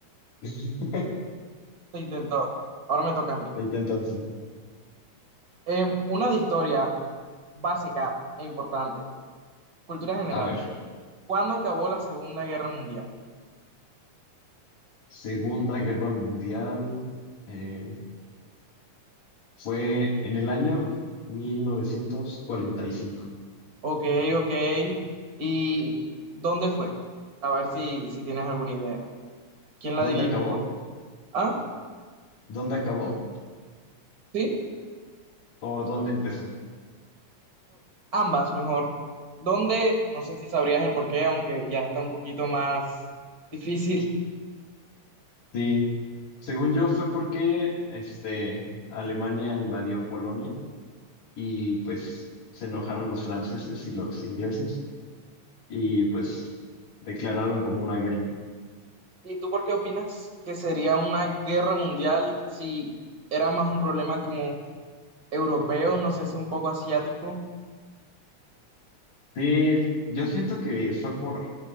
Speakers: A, on the left; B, on the right.
A: <laughs>
B: se intentó. Ahora me toca a mí.
A: Ahí está entonces.
B: Em, una de historia básica e importante. Cultura general.
A: A ver,
B: ¿Cuándo acabó la Segunda Guerra Mundial?
A: Segunda Guerra Mundial. eh, Fue en el año 1945.
B: Ok, ok. ¿Y dónde fue? A ver si, si tienes alguna idea. ¿Quién
A: ¿Dónde
B: la dirige?
A: acabó?
B: Ah,
A: ¿Dónde acabó?
B: sí,
A: ¿O dónde empezó?
B: ambas mejor. ¿Dónde? No sé si sabrías el porqué, aunque ya está un poquito más difícil.
A: Sí, según yo fue porque este, Alemania invadió Polonia y pues se enojaron los franceses y los ingleses y pues declararon como una guerra.
B: ¿Y tú por qué opinas que sería una guerra mundial si era más un problema como europeo, no sé si un poco asiático.
A: Sí, yo siento que fue por,